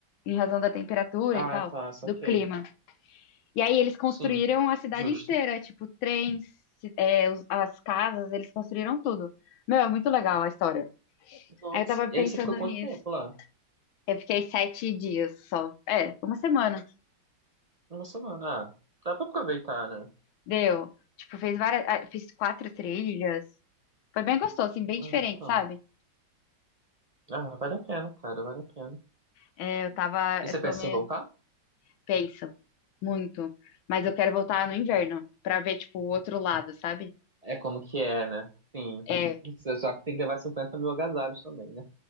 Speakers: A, on the left; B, on the right.
A: Em razão da temperatura
B: Ah,
A: e tal,
B: tá, saquei.
A: do clima. E aí eles construíram
B: Sim,
A: a cidade
B: justo.
A: inteira, tipo, trens, é, os- as casas, eles construíram tudo. Meu, é muito legal a história.
B: Nossa,
A: Aí eu tava pensando
B: e aí você ficou quanto
A: nisso.
B: tempo lá?
A: Eu fiquei sete dias só. É, uma semana.
B: Uma semana. Ah, dá pra aproveitar, né?
A: Deu. Tipo, fiz várias, ah, fiz quatro trilhas. Foi bem gostoso, assim, bem
B: Ah,
A: diferente,
B: então.
A: sabe?
B: Ah, vale a pena, cara, vale a pena.
A: É, eu tava,
B: E
A: eu
B: você pensa
A: tô meio
B: em voltar?
A: tenso, muito. Mas eu quero voltar no inverno pra ver, tipo, o outro lado, sabe?
B: É como que é, né? Sim.
A: É,
B: Você só tem que levar cinquenta mil agasalhos também, né?